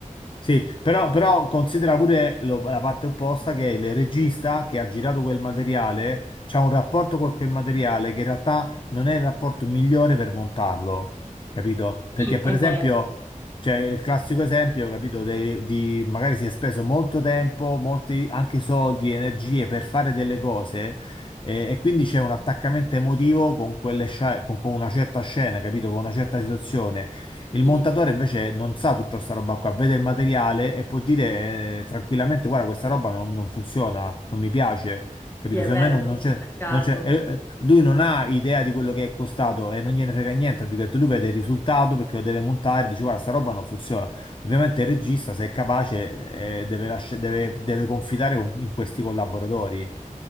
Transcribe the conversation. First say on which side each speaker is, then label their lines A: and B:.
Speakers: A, on the left; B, on the left.
A: Sì, però, però considera pure lo- la parte opposta che il regista che ha girato quel materiale c'ha un rapporto con quel materiale che in realtà non è il rapporto migliore per montarlo, capito? Perché
B: Sì,
A: per
B: è
A: esempio,
B: vero,
A: c'è il classico esempio, capito, de- di magari si è speso molto tempo, molti anche soldi, energie per fare delle cose eh, e quindi c'è un attaccamento emotivo con quelle scia- con con una certa scena, capito, con una certa situazione. Il
B: sì,
A: montatore invece non sa tutta questa roba qua, vede il materiale e può dire eh, tranquillamente: Guarda, questa roba non, non funziona, non mi piace. Capito?
B: sì, è
A: Secondo
B: vero,
A: me non,
B: è più
A: non
B: distaccato.
A: c'è. non c'è- eh, eh, lui non ha idea di quello che è costato e non gliene frega niente. tra virgolette. Lui vede il risultato perché lo deve montare. Dice: Guarda, sta roba non funziona. Ovviamente il regista, se è capace, eh, deve, lascia- deve- deve confidare con- in questi collaboratori.